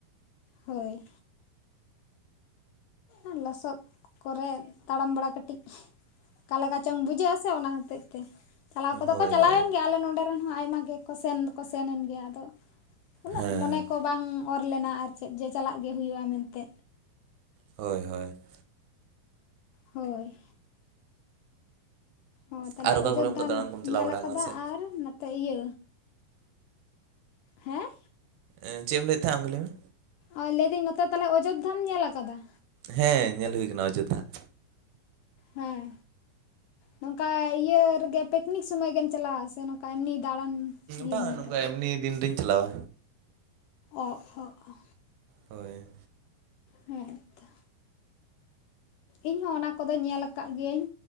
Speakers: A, on the left; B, on the right.
A: ᱦᱳᱭ ᱟᱨ ᱞᱚᱥᱚᱫ ᱠᱚᱨᱮ ᱛᱟᱲᱟᱢ ᱵᱟᱲᱟ ᱠᱟᱹᱴᱤᱡ ᱟᱠᱟ ᱞᱮᱠᱟ ᱪᱚᱝ ᱵᱩᱡᱷᱟᱹᱜᱼᱟ ᱥᱮ ᱚᱱᱟ ᱦᱚᱛᱮᱡ ᱛᱮ ᱾ ᱪᱟᱞᱟᱣ ᱠᱚᱫᱚ
B: ᱦᱳᱭ
A: ᱠᱚ ᱪᱟᱞᱟᱣ
B: ᱦᱳᱭ
A: ᱮᱱ ᱜᱮᱭᱟ ᱟᱞᱮ ᱱᱚᱰᱮ ᱨᱮᱱ ᱦᱚᱸ ᱟᱭᱢᱟ ᱜᱮᱠᱚ ᱥᱮᱱ ᱫᱚᱠᱚ ᱥᱮᱱ ᱮᱱ ᱜᱮᱭᱟ ᱟᱫᱚ ᱩᱱᱟᱹᱜ
B: ᱦᱮᱸ
A: ᱢᱚᱱᱮ ᱠᱚ ᱵᱟᱝ ᱚᱨ ᱞᱮᱱᱟ ᱟᱨ ᱪᱮᱫ ᱡᱮ ᱪᱟᱞᱟᱜ ᱜᱮ ᱦᱩᱭᱩᱜᱼᱟ ᱢᱮᱱᱛᱮ᱾
B: ᱦᱚᱭ ᱦᱚᱭ ᱾
A: ᱦᱳᱭ ᱚ ᱛᱟᱦᱞᱮ
B: ᱟᱨ ᱚᱠᱟ
A: ᱚᱡᱳᱫᱽᱫᱷᱟᱢ
B: ᱠᱚᱨᱮ ᱚᱱᱠᱟ ᱫᱟᱬᱟᱱ ᱠᱚᱢ
A: ᱧᱮᱞ
B: ᱵᱟᱲᱟ
A: ᱟᱠᱟᱫᱟ
B: ᱟᱠᱟᱱᱟ ᱥᱮ
A: ᱟᱨ ᱛᱮ ᱤᱭᱟᱹ ᱦᱮᱸ
B: ᱮᱸ ᱪᱮᱜ ᱮᱢ ᱞᱟᱹᱭᱮᱫ ᱛᱟᱦᱮᱱ ᱟᱢᱜᱮ ᱞᱟᱹᱭ ᱢᱮ?
A: ᱚ ᱞᱟᱹᱭᱫᱟᱹᱧ ᱱᱚᱛᱮ ᱛᱟᱞᱦᱮ ᱚᱡᱳᱫᱽᱫᱷᱟᱢ ᱧᱮᱞ ᱠᱟᱫᱟ?
B: ᱦᱮᱸ ᱧᱮᱞ ᱦᱳᱭ ᱠᱟᱱᱟ ᱚᱡᱳᱫᱽᱫᱷᱟ ᱾
A: ᱦᱮᱸ ᱱᱚᱝᱠᱟ ᱤᱭᱟᱹ ᱨᱮᱜᱮ ᱯᱤᱠᱱᱤᱠ ᱥᱚᱢᱚᱭ ᱜᱮᱢ ᱪᱟᱞᱟᱣᱟ ᱥᱮ? ᱮᱢᱱᱤ ᱫᱟᱬᱟᱱ ᱤᱭᱟᱹ
B: ᱵᱟᱝ
A: ᱢᱚᱱᱮ ᱠᱟᱛᱮᱫ
B: ᱮᱢᱱᱤ ᱫᱤᱱ ᱨᱤᱧ ᱪᱟᱞᱟᱣᱟ᱾
A: ᱚ ᱚ ᱚ
B: ᱦᱳᱭ ᱼᱼ
A: ᱦᱮᱸ᱾ ᱛᱚ ᱤᱧ ᱦᱚᱸ ᱚᱱᱟ ᱠᱚᱫᱚᱧ ᱧᱮᱞ ᱟᱠᱟᱜ ᱜᱤᱭᱟᱹᱧ᱾